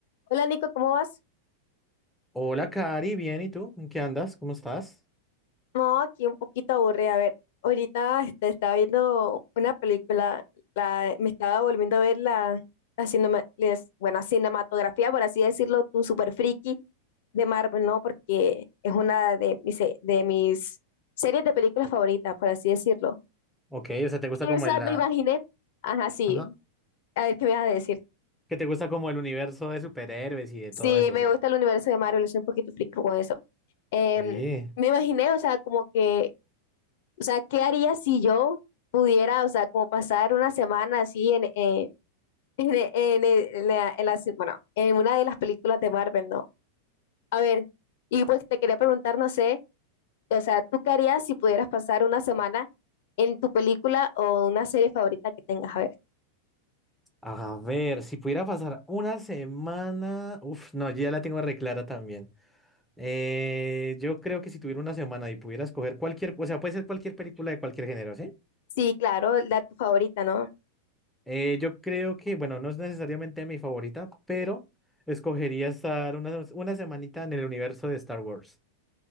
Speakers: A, on the left; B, in the centre.
A: Hola Nico, ¿cómo vas?
B: Hola, Cari, bien, ¿y tú? ¿En qué andas? ¿Cómo estás?
A: No, aquí un poquito aburrida. A ver, ahorita este, estaba viendo una película, la, me estaba volviendo a ver la, la cinema- les- bueno, cinematografía, por así decirlo, un super friki de Marvel, ¿no? Porque es una de mis, se- de mis series de películas favoritas, por así decirlo.
B: Ok, o sea, te gusta
A: Esa
B: como el,
A: me
B: la...
A: imaginé. Ajá, sí.
B: Ajá.
A: A ver qué me vas a decir.
B: que te gusta como el universo de superhéroes y de
A: Sí,
B: todo eso,
A: me
B: o sea.
A: gusta el universo de Marvel, soy un poquito friki con eso. Em,
B: Oye,
A: me imaginé, o sea, como que O sea, ¿qué haría si yo pudiera, o sea, como pasar una semana así en, eh, <laughs> en, e- en e- en la, en la se- bueno, en una de las películas de Marvel, ¿no? A ver, y pues te quería preguntar, no sé, o sea, ¿tú qué harías si pudieras pasar una semana en tu película o una serie favorita que tengas? A ver.
B: a ver, si pudiera pasar una semana, uf, no, yo ya la tengo reclara también. Eh, yo creo que si tuviera una semana y pudiera escoger cualquier, o sea, puede ser cualquier película de cualquier género, ¿sí?
A: Sí, claro, la tu favorita, ¿no?
B: Eh, yo creo que, bueno, no es necesariamente mi favorita, pero escogería estar una, una semanita en el universo de Star Wars.